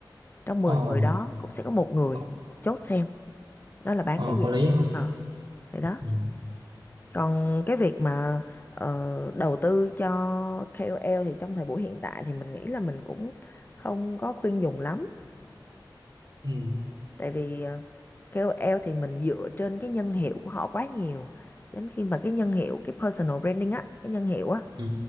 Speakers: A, on the left; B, on the right.
A: Trong mười
B: ờ,
A: người đó cũng sẽ có một người
B: có,
A: chốt xem đó là bán
B: ờ,
A: cái gì.
B: có lý không
A: Ờ, thì đó.
B: ừ,
A: Còn cái việc mà ờ, đầu tư cho KOL thì trong thời buổi hiện tại thì mình nghĩ là mình cũng không có khuyên dùng lắm.
B: ừ,
A: Tại vì ờ, KOL thì mình dựa trên cái nhân hiệu của họ quá nhiều. Đến khi mà cái nhân hiệu, cái personal branding á, cái nhân hiệu á
B: ừ.